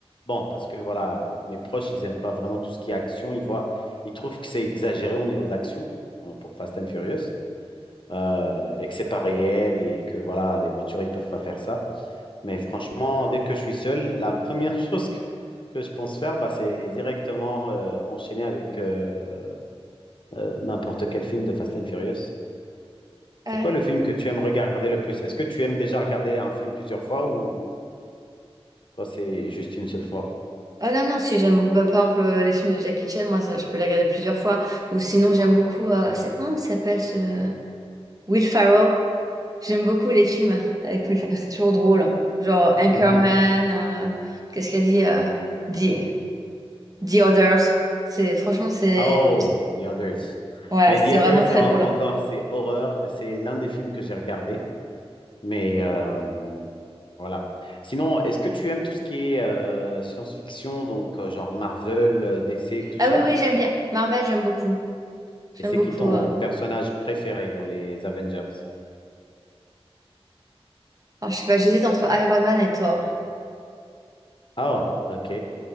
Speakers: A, on the left; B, on the right.
A: bon, parce que voilà, mes proches, ils n'aiment pas vraiment tout ce qui est action. Ils voient, ils trouvent que c'est exagéré au niveau de l'action hein, pour Fast and Furious euh, et que c'est pas réel et que voilà, les voitures, ils peuvent pas faire ça. Mais franchement, dès que je suis seul, la première <laughs> chose que, que je pense faire, bah, c'est directement euh, enchaîner avec euh, euh, n'importe quel film de Fast and Furious.
B: Ouais.
A: C'est quoi le film que tu aimes regarder le plus? Est-ce que tu aimes déjà regarder un film plusieurs fois ou Toi, c'est juste une seule fois.
B: Ah non, non, si, j'aime beaucoup. Bah, par exemple, euh, les films de Jackie Chan, moi, ça, je peux les regarder plusieurs fois. Ou sinon, j'aime beaucoup. euh, c'est comment il s'appelle ce. Will Ferrell. J'aime beaucoup les films avec Will Ferrell. C'est toujours drôle. hein. Genre Anchorman.
A: Mhm.
B: euh, qu'est-ce qu'il a dit? euh, The, The Others. C'est, franchement, c'est.
A: Oh, The Others.
B: Ouais,
A: Mais
B: c'est
A: The Others,
B: vraiment très
A: en-
B: drôle.
A: encore, c'est horreur. C'est l'un des films que j'ai regardé. Mais euh, voilà. Sinon, est-ce que tu aimes tout ce qui est euh, science-fiction, donc euh, genre Marvel, euh, DC, tout
B: Ah
A: ça?
B: oui, oui, j'aime bien. Marvel, j'aime beaucoup. J'aime
A: Et c'est
B: beaucoup.
A: qui ton
B: euh.
A: personnage préféré dans les Avengers?
B: Alors, je sais pas, j'hésite entre Iron Man et Thor.
A: Ah, ok.